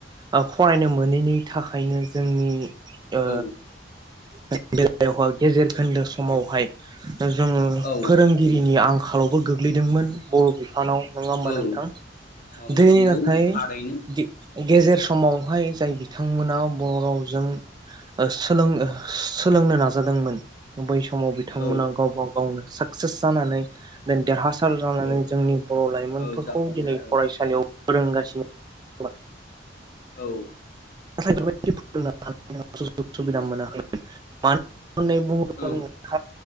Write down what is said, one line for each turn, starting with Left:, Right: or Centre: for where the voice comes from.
Right: ओ फरायनो मोनैनि थाखायनो जोंनि ओ
Left: औ
Right: <unintelligible> गेजेर खोन्दो समावहाय <unintelligible> ओ जोङो
Left: औ
Right: फोरोंगिरिनि आं आंखालावबो गोग्लैदोंमोन बर' बिफा सानाव नङा होमबा
Left: औ
Right: नोंथां
Left: औ
Right: दिनै
Left: नंगौ
Right: नाथाय
Left: थारैनो
Right: गे-गेजेर समाव बेहाय जाय बिथांमोना बर' रावजों ओ सोलों सोलोंनो नाजादोंमोन बै समाव बिथांमोना
Left: औ
Right: गावबा गावनो साखक्सेस जानानै देरहासार जानानै
Left: औ
Right: जोंनि बर' लाइमोनफोरखौ
Left: औ जाफुंसार
Right: दिनै
Left: औ
Right: फरायसालियाव फोरोंगासिनो खोमा।
Left: औ
Right: <unintelligible> सुबिदा मोन हो म <unintelligible> होनै बुं <unintelligible>
Left: औ